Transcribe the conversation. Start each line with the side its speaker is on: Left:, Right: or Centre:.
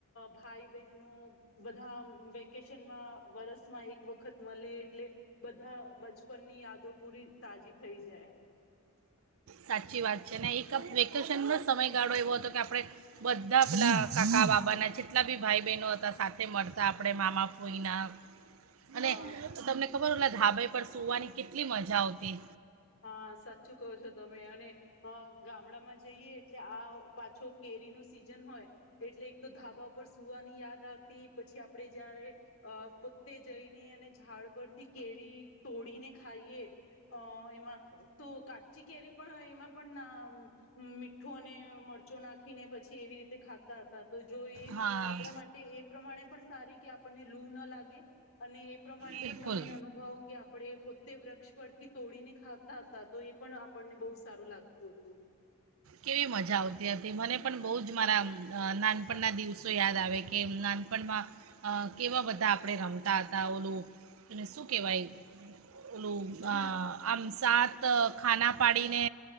Left: ભાઈ બહેનો બધા વેકેશનમાં વરસમાં એક વખત મળે એટલે બધા બચપનની યાદો પૂરી તાજી થઈ જાય.
Right: સાચી વાત છે ને એક વેકેશનનો સમયગાળો એવો હતો કે આપણે બધા પેલા કાકા બાબાના જેટલા બી ભાઈ બહેનો હતા સાથે મળતા આપણે મામાપઈના અને
Left: હા
Right: તમને ખબર ઓલા ધાબઈ પર સવાની કેટલી મજા આવતી.
Left: હા સાચું કહો છો તમે. અને ગામડામાં જઈએ એટલે આ પાછો કેરીનું સીઝન હોય એટલે એક તો ધાબા ઉપ સુવાની યાદ આવતી પછી આપણે જયારે પોતે જઈને અને ઝાડ પરથી કેળ તોડીને ખાઈએ અ તો કાચી કેરી પણ એમાં પણ ના મીઠું અને મરચો નાખીને પછી એવી રીતે ખાતા હતા. તો જો એ
Right: હા
Left: આપણા માટે એ પ્રમાણે પણ સારી કે આપને લૂ ન લાગે અને પ્રમાણે
Right: બિલકુલ
Left: પણ નવીન અનુભવ કે આપણે પો તે વૃક્ષ પરથી તોડીને ખાતા હતા તો ઈ પણ આપણને બહુ સારું લાગતું હતું.
Right: કેવી મજા આવતી હતી મને પણ બઉ જ મારા નાનપણના દિવસો યાદ આવે કે નાનપણમાં અ કેવા બધા આપણે રમતા હતા ઓલું એને શું કહેવાય ઓલું
Left: ઝૂલા
Right: આ આમ સાત તો ખાના પાડીને